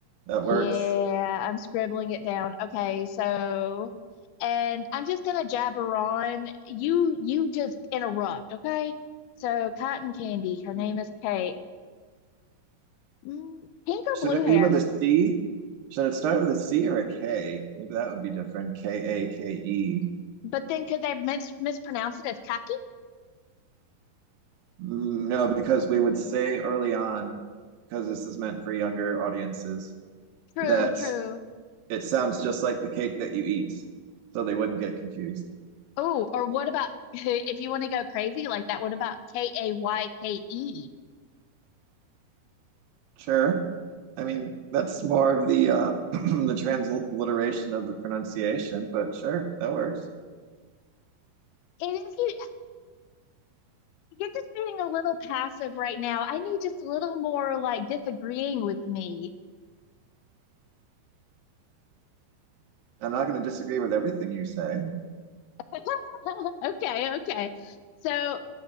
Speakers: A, on the right; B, on the left.
A: That works.
B: Yeah, I'm scribbling it down. Okay, so, and I'm just gonna jabber on. You you just interrupt, okay? So, Cotton Candy, her
A: <laughs>
B: name is Cake. Mm, pink or
A: Should
B: blue
A: it
B: hair?
A: be with a C? Should it start with a C or a K? Maybe that would be different. K A K E.
B: But then could they mis mispronounce it as kaki?
A: Mm, No, because we would say early on, because this is meant for younger audiences,
B: True,
A: that
B: true.
A: it sounds just like the cake that you eat. So they wouldn't get confused.
B: Oh, or what about <laughs> if you want to go crazy like that? What about K A Y K E?
A: Sure. I mean, that's more of the uh <clears throat> the transliteration of the pronunciation, but sure, that works.
B: And if you you're just being a little passive right now, I need just a little more like disagreeing with me.
A: I'm not going to disagree with everything you say.
B: <laughs> Okay, okay. So